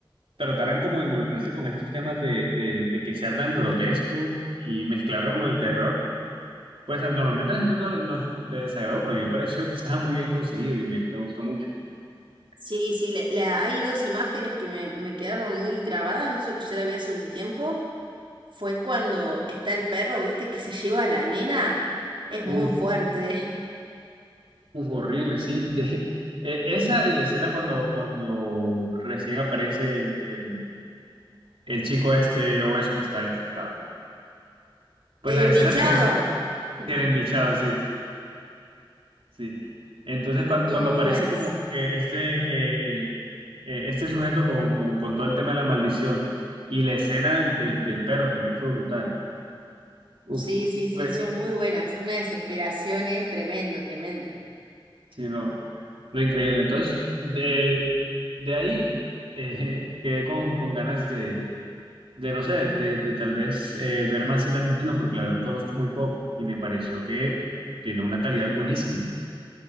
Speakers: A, on the right; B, on the right.
A: trataran como de involucrarse con estos temas de, de, de que sea tan grotesco y mezclarlo con el terror. Pues normalmente a la gente no le, no le desagradó, pero a mí me pareció que estaba muy bien conseguido y me, me gustó mucho.
B: Sí, sí, le- la- hay dos imágenes que me, me quedaron muy grabadas, eso que yo la vi hace un tiempo. Fue cuando está el perro, viste, que se lleva a la nena. Es
A: Uf,
B: muy fuerte.
A: Uf, horrible, sí. De, e- esa y la escena cuando, cuando recién aparece el, el, el chico este obeso que está infectado.
B: <laughs>
A: Pues
B: El
A: las
B: embichado.
A: escenas con
B: <laughs>
A: el embichado, sí, sí. Entonces cuan-
B: Son
A: cuando,
B: muy
A: aparece
B: buenas.
A: como eh, este, eh, eh, este sujeto con, con, con todo el tema de la maldición y la escena del, del, del perro también fue brutal. Uf,
B: Sí, sí, sí,
A: fue,
B: son muy buenas. Una desesperación, eh, tremendo, tremendo.
A: sí, no, no increíble. Entonces, de, de ahí eh, <laughs> quedé con, con ganas de de no sé, de, de tal vez eh, ver más cine argentino, porque la verdad conozco muy poco y me pareció que tiene una calidad buenísima.